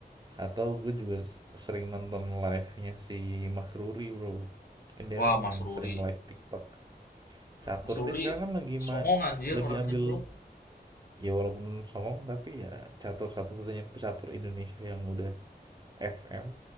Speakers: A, on the right (about 25°); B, on the left (about 60°).
A: Atau gue juga s- sering nonton live-nya si Mas Ruri, bro. Kan dia
B: wah
A: kan
B: Mas
A: main
B: Ruri
A: sering live TikTok. Catur
B: Mas Ruri
A: dia sekarang kan lagi
B: songong
A: ma
B: anjir
A: lagi
B: orangnya
A: ambil
B: bro
A: ya walaupun songong tapi ya catur satu-satunya pecatur Indonesia yang udah FM.